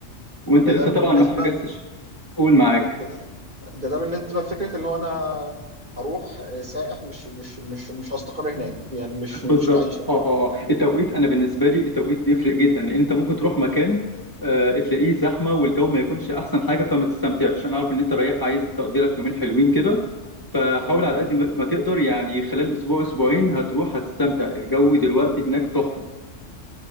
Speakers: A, on the left (about 15°); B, on the right (about 40°).
A: وانت
B: ده
A: لسه
B: ده بالنسبة
A: طبعا ما حجزتش قول معاك
B: ده ده, ده, ده بالنسبة لفكرة اللي هو أنا هروح سائح مش مش مش مش هستقر هناك يعني مش
A: بالظبط
B: مش كعيشة
A: اه اه آه. التوقيت انا بالنسبه لي التوقيت بيفرق جدا لان انت ممكن تروح مكان آه، تلاقيه زحمه والجو ما يكونش احسن حاجه فما تستمتعش انا عارف ان انت رايح عايز تقضيلك يومين حلوين كده فحاول
B: مم.
A: على قد ما ما تقدر يعني خلال اسبوع اسبوعين هتروح هتستمتع الجو دلوقتي هناك تحفه